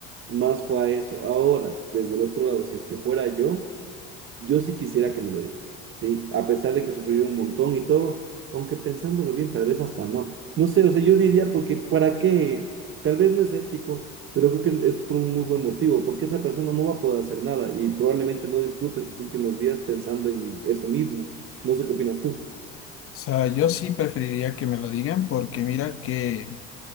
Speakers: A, on the right; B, on the left.
A: más fue a eso. Ahora, desde el otro lado, si es que fuera yo, yo sí quisiera que me lo diga, ¿sí? A pesar de que sufrí un montón y todo, aunque pensándolo bien, tal vez hasta no. No sé, o sea, yo diría porque, ¿para qué? Tal vez no es ético, pero creo que es por un muy buen motivo, porque esa persona no va a poder hacer nada y probablemente no disfrute sus últimos días pensando en eso mismo. No sé qué opinas tú.
B: O sea, yo sí preferiría que me lo digan porque mira que